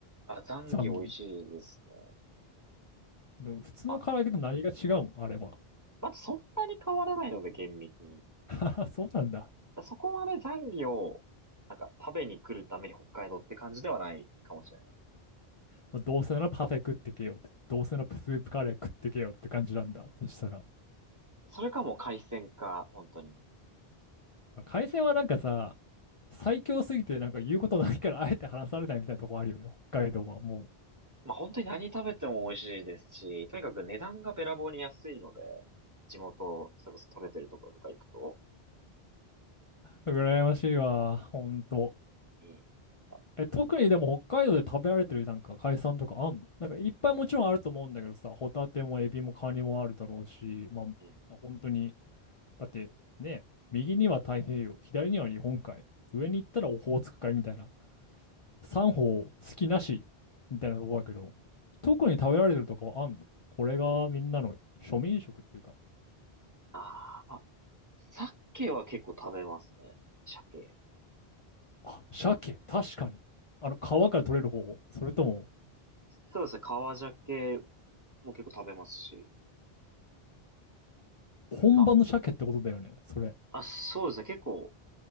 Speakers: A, on the right; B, on the left.
A: あ、ザンギ美味しいですね。
B: ザンギ。でも普通の唐揚げと何が違うんあれは。
A: まあまあ、そんなに変わらないので、厳密に。
B: <laughs> あ、そうなんだ。
A: そこまで残魚を、なんか食べに来るために北海道って感じではないかもしれない。
B: もうどうせならパフェ食ってけよって。どうせならスープカレー食ってけよって感じなんだ。そしたら。
A: それかもう海鮮か、本当に。
B: まあ、海鮮はなんかさ、最強すぎてなんか言うことないからあえて話されないみたいなとこあるよね。北海道はも
A: まあ本当に何食べても美味しいですし、とにかく値段がべらぼうに安いので、地元、それこそ取れてるところとか行くと、
B: う。羨ましいわ。ほんと。
A: いい。あ、
B: え、特にでも北海道で食べられてるなんか海鮮とかあんのなんかいっぱいもちろんあると思うんだけどさ、ホタテもエビもカニもあるだろうし、まあ本当に、
A: うん。
B: だってね、右には太平洋、左には日本海、上に行ったらオホーツク海みたいな。三方好きなしみたいなとこだけど、特に食べられてるとかはあんのこれがみんなの庶民食っていうか、
A: あーまあ、鮭は結構食べますね。鮭。
B: あ、鮭、確かに。あの、皮から取れる方、それとも、
A: そうですね、川鮭も結構食べますし。
B: 本場の鮭ってことだよね、
A: ま
B: それ。
A: あ、あ、そうですね、結構、